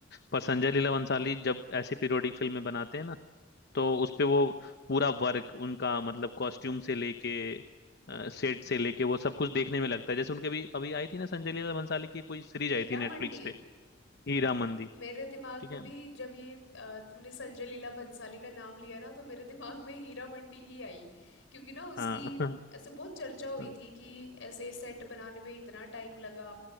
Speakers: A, on the left; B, on the left.
A: पर संजय लीला भंसाली जब ऐसे पीरियोडिक फिल्में बनाते हैं ना तो उस पे वो पूरा वर्क उनका मतलब कॉस्ट्यूम से लेके सेट से लेके वो सब कुछ देखने में लगता है जैसे उनके भी अभी आई थी ना संजय लीला भंसाली की कोई सीरीज आई
B: हीरा
A: थी नेटफ्लिक्स
B: मंडी
A: पे हीरा मंदी
B: मेरे दिमाग
A: ठीक
B: में
A: है
B: भी जब ये अ, तुमने संजय लीला भंसाली का नाम लिया ना तो मेरे दिमाग में हीरा मंडी ही आई क्योंकि ना उसकी
A: हाँ <laughs>
B: ऐसे बहुत चर्चा हुई
A: हाँ
B: थी कि ऐसे सेट बनाने में इतना टाइम लगा